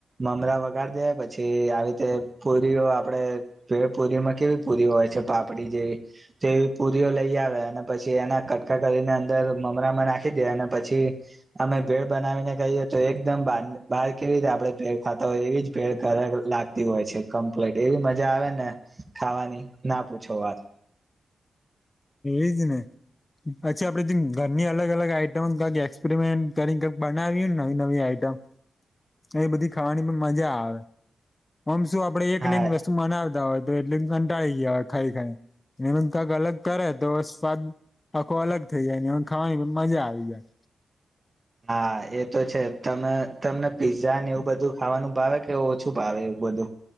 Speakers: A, on the right (about 35°); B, on the left (about 30°).
A: મમરા વગાર દે પછી આવી રીતે પુરીઓ આપડે ભેડપુરીમાં કેવી. પુરીઓ હોય છે પાપડી જેવી તેવી પુરીઓ લઈ આવે અને પછી એના કટકા કરીને અંદર. મરામાં નાખી દે અને પછી અમે ભેડ બનાવીને કહીએ તો એકદમ બાર કેવી રીતે આપડે. ખાતા હોય એવી જ ભેડ લાગતી હોય છે કમ્પ્લીટ એવી મજા આવે ને ખાવાની. ના પૂછો વાત.
B: એજને. પચી આપડે ઘરની અલગ અલગ આઈટમ કઈક એક્સપેરિમેન્ટ કરીને કઈક બનાવી ને નવી નવી આઈટમ. એ બધી ખાવાની પણ મજા આવેમ. આપણેે એક
A: હા
B: ને વસ્તુ બનાવતા હોય તો એટલે કંટાળી ગયા હોય ખાઈ ખાઈ એ કંક અલગ. કરે તો સ્વાદ આખો અલગ થઈ જાય ને ખાવાની પણ મજા આવી જાય.
A: હા એ તો છે તમે તમને પીઝા ને એવું બધું ખાવાનું ભાવે કે ઓછું ભાવે. બધુ.